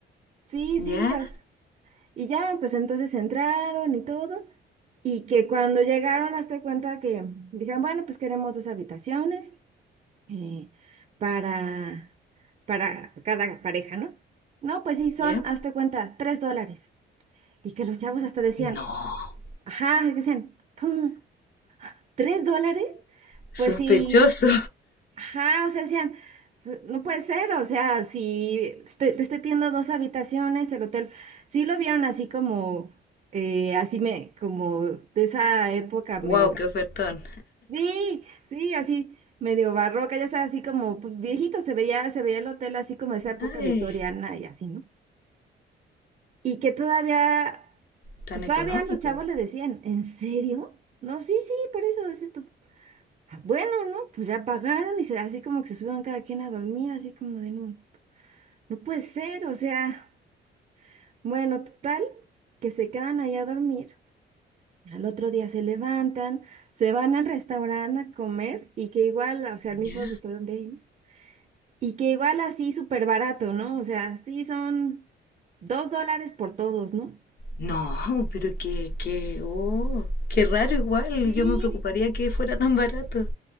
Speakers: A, on the right; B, on the left.
A: sí,
B: ¿Ya?
A: sí. o s- Y ya, pues entonces entraron y todo. Y que cuando llegaron, hasta cuenta que dijeron, bueno, pues queremos dos habitaciones eh, para, para cada pareja, ¿no? No, pues sí, son,
B: ¿Ya?
A: hasta cuenta, tres dólares. Y que los chavos hasta decían,
B: No.
A: ajá, decían, ¿cómo? ¿Tres dólares?
B: Sospechoso.
A: Pues sí. Ajá, o sea, decían, no puede ser, o sea, si estoy- te estoy pidiendo dos habitaciones, el hotel. Sí lo vieron así como, eh, así me, como de esa época medio.
B: Wow, qué ofertón.
A: Sí, sí, así medio barroca, ya sabes, así como pues, viejito, se veía, se veía el hotel así como de esa época
B: Ay,
A: victoriana y así, ¿no? Y que todavía,
B: tan
A: pues
B: económico.
A: todavía los chavos le decían, ¿en serio? No, sí, sí, por eso es esto. Ah, Bueno, ¿no? Pues ya pagaron y se- así como que se subieron cada quien a dormir, así como de no, no puede ser, o sea, bueno, total, que se quedan ahí a dormir. Al otro día se levantan, se van al restaurante a comer y que igual, o sea, al mismo
B: ¿Ya?
A: restaurante de ahí, ¿no? Y que igual así súper barato, ¿no? O sea, sí son dos dólares por todos, ¿no?
B: No, pero qué, qué, oh, qué raro igual.
A: Sí.
B: Yo me preocuparía que fuera tan barato.